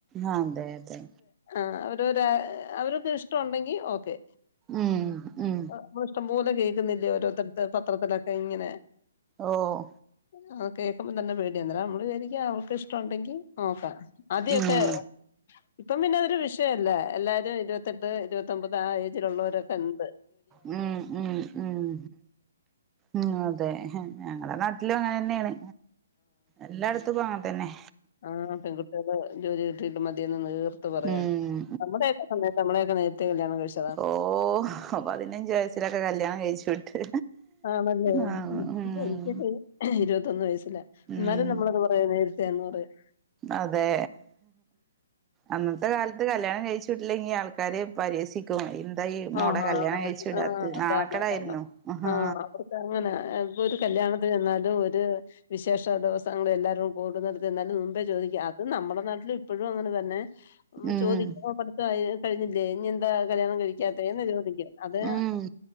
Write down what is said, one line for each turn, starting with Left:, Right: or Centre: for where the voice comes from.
Right: ആഹ് അതെ അതെ
Left: ആഹ് ഓരോരാ അവര്ക്ക് ഇഷ്ടം ഒണ്ടെങ്കി ഓക്കെ
Right: ഉം ഉം
Left: നമ്മള് ഇഷ്ടംപോലെ കേക്കുന്നില്ലേ ഓരോരുത്തര്ത് പത്രത്തിലൊക്കെ ഇങ്ങനെ
Right: ഓഹ്
Left: ആ കേൾക്കുമ്പോം തന്നെ പേട്യ അന്നേരം നമ്മള് വിചാരിക്കും അവൾക്ക്‌ ഇഷ്ടം ഒണ്ടെങ്കി നോക്കാം ആദ്യ
Right: ഉം
Left: ഒക്കെ ഇപ്പം പിന്നെ അതൊരു വിഷയല്ല എല്ലാരും ഇരുപത്തെട്ട് ഇരുപത്തൊമ്പത് ആ ഏജിലുള്ളോരൊക്കെ ണ്ട്
Right: ഉം ഉം ഉം ഉം അതെ ഞങ്ങളെ നാട്ടിലും അങ്ങനെന്നെ ആണ് എല്ലാട്ത്തുക്കും അങ്ങെനെതെന്നെ
Left: ആഹ് പെൺകുട്ട്യാള് ജോലി കിട്ടിയിട്ട് മതിയെന്ന് നീർത്ത് പറയാണ്
Right: ഉം
Left: നമ്മടെ ഒക്കെ സമയത്ത് നമ്മളെ ഒക്കെ നേരത്തെ കല്യാണം കഴിച്ചു
Right: ഓഹ് പതിനഞ്ച് വയസിലൊക്കെ കല്യാണം കഴിച്ചു വിട്ട്
Left: ആണല്ലേ
Right: ആ ഉം
Left: എനിക്ക് ഇരുപത്തൊന്ന് വയസ്സിലാ
Right: ഉം
Left: എന്നാലും നമ്മളത് പറയന്നെ നേര ത്തെയാന്ന് പറയും
Right: അതെ അന്നത്തെ കാലത്ത് കല്യാണം കഴിച് ട്ടില്ലെങ്കി ആൾക്കാര് പരഹസി ക്കും എന്താ ഈ മോളെ
Left: ആ ആ
Right: കല്യാണം കഴിച്ചു വിടാത്ത്
Left: ആ അതാണ്
Right: നാണകേട്
Left: അതാണ്
Right: ആയിരുന്നു ആഹാ
Left: ആഹ് അവർക്ക് അങ്ങനെ ഇപ്പൊ ഒരു കല്യാണത്തിന് ചെന്നാലും ഒര് വിശേഷ ദിവസങ്ങൾ എല്ലാരും കൂടുന്നെടത്ത് ചെന്നാലും മുമ്പേ ചോയ്ക്കും അത് നമ്മടെ നാട്ടില് ഇപ്പഴും അങ്ങനെ തന്നെ ഒന്ന്
Right: ഉം
Left: ചോദിക്കും ഓഹ് പഠിത്തം ആയി കഴിഞ്ഞില്ലേ ഇനി എന്താ കല്യാണം കയിക്കാത്തേന്ന് ചോദിക്കും അത്
Right: ഉം